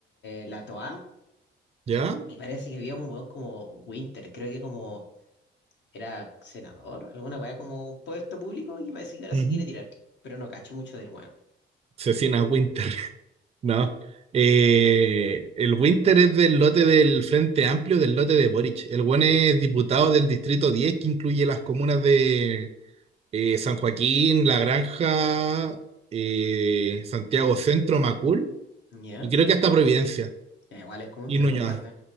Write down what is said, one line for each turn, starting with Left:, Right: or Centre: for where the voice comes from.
Left: la Toa,
Right: ¿Ya?
Left: y parece que había un weón como Winter, creo que como era senador, alguna weá como un puesto público y parece que ahora
Right: ujú.
Left: se quiere tirar, pero no cacho mucho del weón.
Right: Cecina Winter. <laughs> No. Eh, el Winter es del lote del Frente Amplio, del lote de Boric. El buen es diputado del Distrito diez que incluye las comunas de eh, San Joaquín, La Granja, eh, Santiago Centro, Macul,
Left: ¿Ya?
Right: y creo que hasta Providencia
Left: Ya, Igual es como un
Right: y
Left: terror,
Right: Nuñoa.
Left: ¿no?